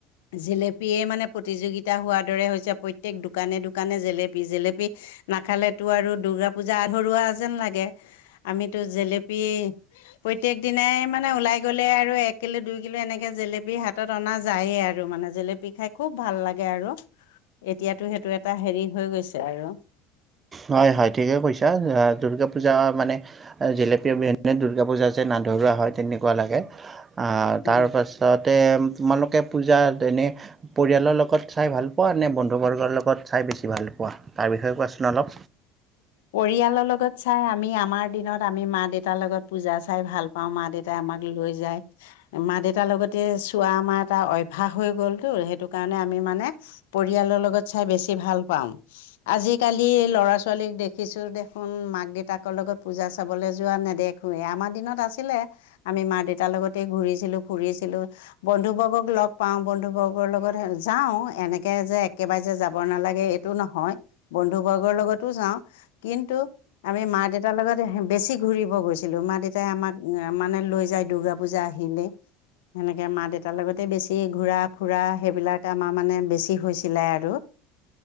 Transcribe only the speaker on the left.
জেলেপিয়ে মানে প্ৰতিযোগিতা হোৱাৰ দৰে হৈছে প্ৰত্যেক দোকানে দোকানে জেলেপি জেলেপি নাখালেতো আৰু দুূৰ্গা পূজা আধৰুৱা যেন লাগে। আমিতো জেলেপ পি প্ৰত্যেক দিনাই মানে ওলাই গলে আৰু এক কিলো দুই কিলো এনেকে জেলেপি হাতত অনা যায়েই আৰু মানে জেলেপি খাই খুব ভাল লাগে আৰু এতিয়াতো সেইটো এটা হেৰি হৈ গৈছে আৰু
উম
পৰিয়ালৰ লগত। চাই আমি আমাৰ দিনত। আমি মা দেউতাৰ লগত পূজা চাই ভাল পাওঁ মা দেউতাই আমাক লৈ যায়। মা দেউতাৰ লগতে চোৱা আমাৰ এটা অভ্যাস হৈ গ'লতো সেইটো কাৰণে আমি মানে <unintelligible> পৰিয়ালৰ লগত চাই বেছি ভাল। পাওঁ। আজিকালি ল'ৰা ছোৱালীক দে খিছু দেখোন মাক দেউতাকৰ লগত পূজা চাবলৈ যোৱা নেদেখোঁৱেই। আমাৰ দিনত আছিলে। আমি মাক দেউতাৰ লগতেই ঘূৰিছিলোঁ। ফুৰিছিলোঁ‌। বন্ধুবৰ্গক লগ পাওঁ। বন্ধু বৰ্গৰ লগত হে যাও এনেকে যে একেবাৰে যে যাব নালাগে এইটো নহয়, বন্ধু বৰ্গৰ লগতো যাওঁ। কিন্তু আমি মা দেউতাৰ লগত হে বেছি ঘূৰিব গৈছিলো। মা দেউতাই আমাক মানে লৈ যায় দূৰ্গা পূজা আহিলে। সেনেকে মা দেউতাৰ লগতে বেছি ঘূৰা ফুৰা সেইবিলাক আমাৰ মানে বেছি হৈছিলে আৰু।